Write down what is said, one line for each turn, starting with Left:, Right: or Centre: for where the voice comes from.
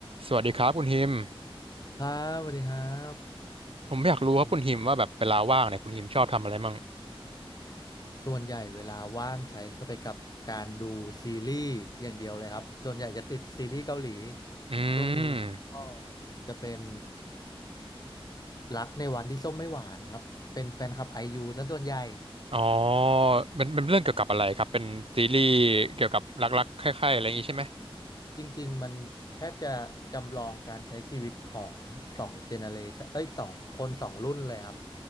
Right: สวัสดีครับคุณฮิม
Left: ครับสวัสดีครับ
Right: ผมอยากรู้ครับคุณฮิมว่าแบบเวลาว่างเนี่ยคุณฮิมชอบทำอะไรมั่ง
Left: เป็นส่วนใหญ่เวลาว่างใช้ก็ไปกับการดูซีรีส์อย่างเดียวเลยครับส่วนใหญ่จะติดซีรีส์เกาหลี
Right: อืม
Left: ช่วงนี้ก็จะเป็นรักในวันที่ส้มไม่หวานครับเป็นแฟนคลับไอยูซะส่วนใหญ่
Right: อ๋อมันมันเรื่องเกี่ยวกับอะไรครับ เป็นซีรีส์เกี่ยวกับรักๆคล้ายๆอะไรอย่างนี้ใช่ไหม
Left: จริงๆ มันแทบจะจำลองการใช้ชีวิตของสองเจเนเรชันเอ้ยสองคนสองรุ่นเลยครับ